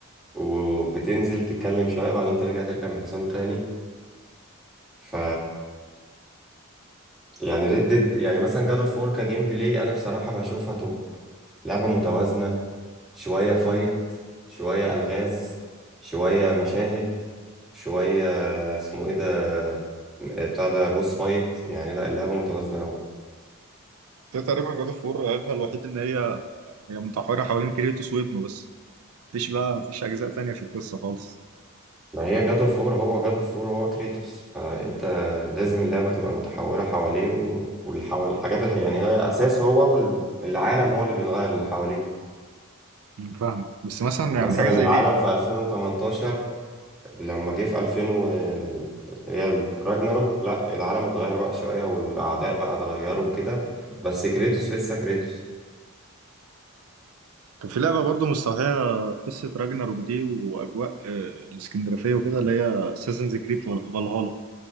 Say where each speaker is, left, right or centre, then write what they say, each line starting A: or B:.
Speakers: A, in the centre; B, on the right.
A: وبتنزل تتكلم شوية بعدين ترجع تركب الحصان تاني ف يعني ريد ديد يعني مثلا جادو فور كجيم بلاي انا بصراحة بشوفها توب لعبة متوازنة شوية فايت شوية ألغاز شوية مشاهد شوية اسمه ايه ده آه، بتاع ده بوس فايت يعني لا اللعبة متوازنة أوي
B: ده تقريبا جاد اوف وور عيبها الوحيد ان هي هي متحوره حوالين كريتوس وابنه بس مفيش بقى مفيش اجزاء تانية في القصه خالص
A: ما هي جادو فور هو جادو فور هو كريتوس فأنت لازم اللعبة تبقى متحورة حواليه و- والحوال الحاجات اللي يعني هي أساس هو والعالم هو اللي بيتغير اللي حواليه
B: مم. فاهم بس مثلا
A: يعني
B: يعني
A: مثلا
B: حاجه زي
A: العالم
B: دي
A: في 2018 لما جه في 2000 و اللي هي راجناروك لا العالم اتغير بقى شوية والأعداء بقى اتغيروا وكده بس كريتوس لسه كريتوس
B: كان في لعبه برضو مستوحيه قصه راجناروك دي واجواء آه، الاسكندرافيه وكده اللي هي اساسنز كريد فالهالا